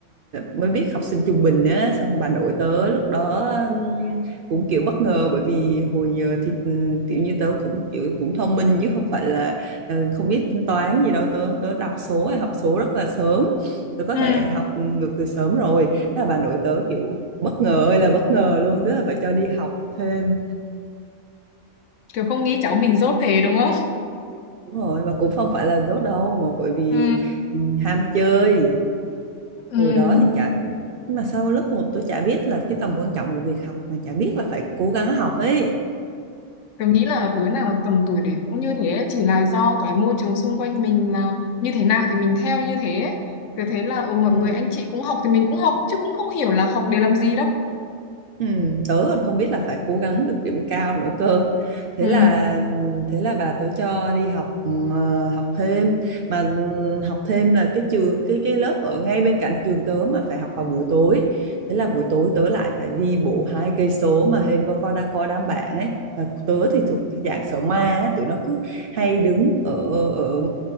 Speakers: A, on the right; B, on the left.
A: mới biết học sinh trung bình á xong bà nội tớ lúc đó ừm, cũng kiểu bất ngờ bởi vì hồi giờ thì ừm, kiểu như tớ cũng kiểu cũng thông minh chứ không phải là ờ, không biết tính toán gì đâu tớ tớ đọc số hay học số rất là sớm tớ có
B: ừ
A: thể học ngược từ sớm rồi Thế là bà nội tớ kiểu bất ngờ ơi là bất ngờ luôn tức là phải cho đi học thêm
B: kiểu không nghĩ cháu mình dốt thế đúng không
A: đúng rồi mà cũng không phải là dốt đâu mà bởi vì
B: ừ
A: ừ, ham chơi
B: ừ
A: hồi đó thì chả mà sau lớp một tôi chả biết là cái tầm quan trọng của việc học mà chả biết là phải cố gắng học ấy
B: tôi nghĩ là đứa nào tầm tuổi đấy cũng như thế ấy, chỉ là do cái môi trường xung quanh mình là như thế nào thì mình theo như thế ấy. Tớ thấy là ừ, mọi
A: ừ.
B: người anh chị cũng học thì mình cũng học chứ cũng không hiểu là học để làm gì đâu.
A: Ừ, tớ còn không biết là phải cố gắng được điểm cao nữa cơ. Thế
B: Ừ.
A: là thế là bà tớ cho đi học ờ, học thêm mà ừ, học thêm là cái trường cái cái lớp ở ngay bên cạnh trường tớ mà phải học vào buổi tối. Thế là buổi tối tớ lại phải đi bộ hai cây số mà hên có có đã có đám bạn ấy. Mà tớ thì thuộc cái dạng sợ ma á, tụi nó cứ hay đứng ở ở